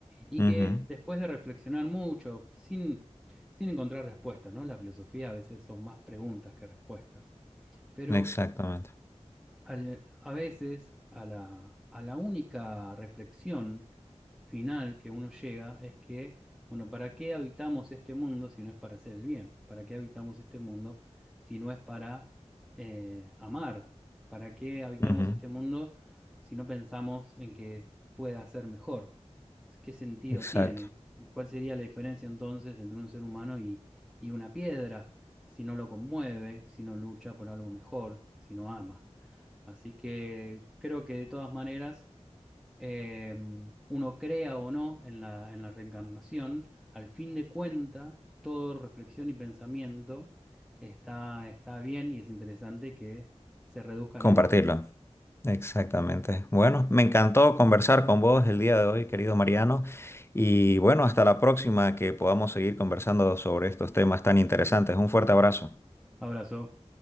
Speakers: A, in the centre; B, on the left.
A: y que
B: Ujú.
A: después de reflexionar mucho, sin, sin encontrar respuestas, ¿no? La filosofía a veces son más preguntas que respuestas, pero
B: Exactamente.
A: al- a veces a la, a la única reflexión final que uno llega es que, bueno, ¿para qué habitamos este mundo si no es para hacer el bien? ¿Para qué habitamos este mundo si no es para eh, amar? ¿Para qué habitamos
B: Ujú.
A: este mundo si no pensamos en que pueda ser mejor? ¿Qué sentido
B: Exacto.
A: tiene? ¿Y cuál sería la diferencia entonces entre un ser humano y, y una piedra si no lo conmueve, si no lucha por algo mejor, si no ama? Así que creo que de todas maneras, eh, uno crea o no en la, en la reencarnación, al fin de cuenta, todo reflexión y pensamiento está, está bien y es interesante que se reduzcan
B: Compartirlo.
A: en eso.
B: Exactamente. Bueno, me encantó conversar con vos el día de hoy, querido Mariano. Y bueno, hasta la próxima que podamos seguir conversando sobre estos temas tan interesantes. Un fuerte abrazo.
A: Abrazo.